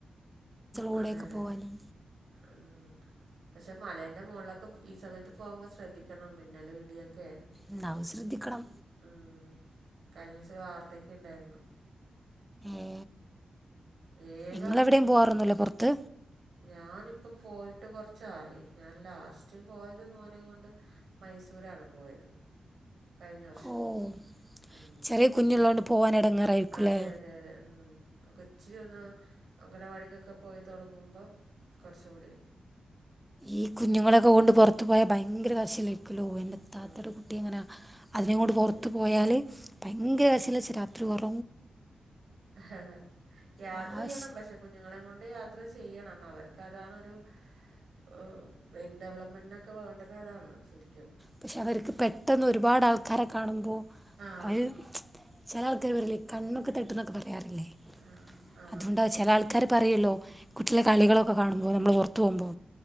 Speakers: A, in the centre; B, on the right (about 65°).
A: കൂടെയൊക്കെ
B: അതെ അതെ
A: പോവാനും
B: ഉം പക്ഷെ മലന്റെ മുകളിലൊക്കെ ഈ സമയത്ത് പോകുമ്പോൾ ശ്രദ്ധിക്കണം മിന്നലും ഇടിയ ക്കെ
A: ഇണ്ടാവും ശ്രദ്ധിക്കണം
B: ഉം കഴിഞ്ഞ ദിവസൊരു വാർത്തക്കെ ഇണ്ടായിരുന്നു
A: ഏ
B: വേഗം
A: നിങ്ങെളെവിടെയും പോവാറൊന്നൂല്ലോ പൊറത്ത്
B: ഞാനിപ്പോൾ പോയിട്ട് കൊറച്ചായി ഞാൻ ലാസ്റ്റ് പോയത് മോനം കൊണ്ട് മൈസൂ രാണ് പോയത് കഴിഞ്ഞ വർഷം
A: ഓഹ്
B: മ്
A: ചെറിയ കുഞ്ഞുള്ളോണ്ട് പോവാൻ എടങ്ങേറായിരിക്കുല്ലേ
B: അതെ അതെ അതെ ഉം കൊച്ച് ഒന്ന് അങ്കണവാടിക്കൊക്കെ പോയി തുടങ്ങുമ്പോ കൊറച്ച് കൂടി
A: ഈ കുഞ്ഞുങ്ങളൊക്കെ കൊണ്ട് പുറത്തു പോയാൽ ഭയങ്കര വാശി അല്ലെ എന്റെ താത്തയുടെ
B: ഉം.
A: കുട്ടി എങ്ങനാ അതിനെ കൊണ്ട് പൊറത്തു
B: ശ-
A: പോയാല് ഭയങ്കര വാശിയല്ലേച്ചാൽ രാത്രി ഉറ
B: ആ യാത്ര
A: വാശി
B: ചെയ്യണം പക്ഷെ കുഞ്ഞുങ്ങളെ കൊ ണ്ട് യാത്ര ചെയ്യണം അവർക്ക് അതാണ് ഒരു ഓ ബ്രെയിൻ ഡെവലപ്മെന്റ്നൊക്കെ വേണ്ടത് അതാണ് ശരിക്കും
A: പക്ഷെ അവർക്ക് പെട്ടെന്ന് ഒരുപാട് ആൾക്കാരെ കാണുമ്പോ
B: ആ
A: അവര് ചെല ആൾ <unintelligible> കണ്ണൊക്കെ തട്ടുമെന്ന് പറയാറില്ലേ
B: ആ ആ
A: അതുകൊണ്ട് ചെല ആൾക്കാര് പറയല്ലോ കുട്ടിള് കളികളൊക്കെ കാണുമ്പോ നമ്മള് പൊറത്തു പോറത്തുമ്പോ